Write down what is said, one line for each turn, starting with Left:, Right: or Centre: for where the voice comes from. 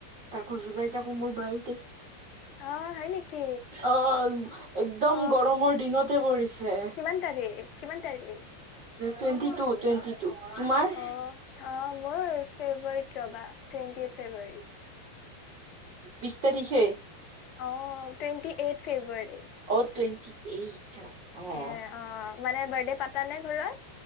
Right: তাকো জুলাইত আকৌ মোৰ বাৰ্থদে।
Left: অ হয় নেকি
Right: অ', একদম
Left: অ
Right: গৰমৰ দিনতে পৰিছে।
Left: কিমান তাৰিখ কিমান তাৰিখ?
Right: টুৱেণ্টি টু, টুৱেণ্টি টু, তোমাৰ?
Left: অ', অ', মোৰ? ফেব্ৰুৱাৰীত ৰ'বা, টুৱেণ্টি এইট ফেব্ৰুৱাৰীত।
Right: বিছ তাৰিখে।
Left: অ', টুৱেণ্টি এইট ফেব্ৰুৱাৰী।
Right: অ', টুৱেণ্টি এইট। অ',
Left: এ, অ', মানে বাৰ্থডে পাতা নে ঘৰত?